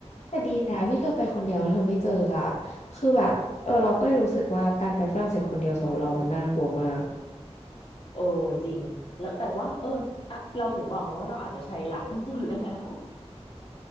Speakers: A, on the left; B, on the left.
A: แต่ดีแล้วที่เธอไปคนเดียวเธอไม่เจออ่ะคือแบบเออเราก็เลยรู้สึกว่าการไปฝรั่งเศสคนเดียวสำหรับเรามันน่ากลัวมาก
B: โอ้จริงแล้วแต่ว่าเอออะเราถึงบอกไงว่าเราอาจจะใช้หลักไปหมดแล้ว <laughs>